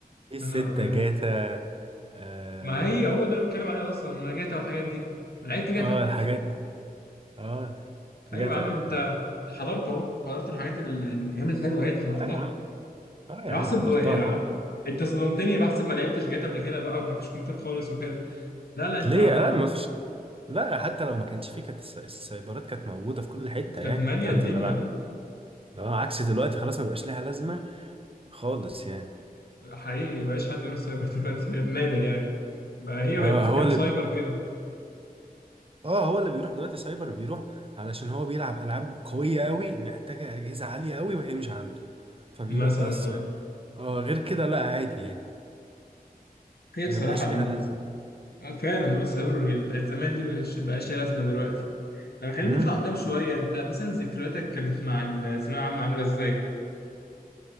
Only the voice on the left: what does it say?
يا نهار ابيض
ما هي هو ده اللي بتكلم عليه اصلا انا جاتا والحاجات دي لعبت جاتا
ايوه
يا عم انت
حضرت اهو حضرت الحاجات ال- الايام الحلوه اهي حضرتها
انا
احسب
آه،
انت صدمتني بحسب ما لعبتش جاتا قبل كده بقى ومفيش كمبيوتر خالص وكده لا لا انت
حضرت
كانت ماليه
الدنيا
اه
حقيقي مبقاش حد يروح سايبر <laughs> دلوقتي غير نادر يعني بقى هي
بقت كام
سايبر كده
مثلا
اه
هي
بصراحه
ال...
اه فعلا هو السايبر اللي بتاعت زمان دي مبقاش بقاش ليها لازمه دلوقتي طب خلينا
نطلع قدام شويه انت مثلا ذكرياتك كانت مع الثانويه العامه عامله ازاي؟